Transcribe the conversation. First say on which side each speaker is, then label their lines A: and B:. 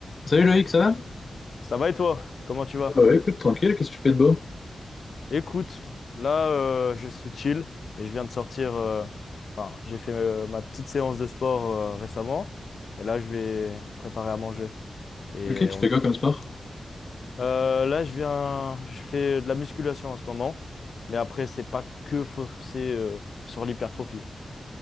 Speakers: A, on the left; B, on the left.
A: Salut Loïc, ça va?
B: Ça va et toi? Comment tu vas?
A: Bah ouais, écoute, tranquille, qu'est-ce que tu fais de beau?
B: Écoute, là euh, je suis chill et je viens de sortir. euh, enfin, j'ai fait euh, ma petite séance de sport euh, récemment et là je vais préparer à manger. Et
A: Ok, tu
B: on-
A: fais quoi comme sport?
B: Euh, là je viens, je fais de la musculation en ce moment, mais après c'est pas que forcé euh, sur l'hypertrophie.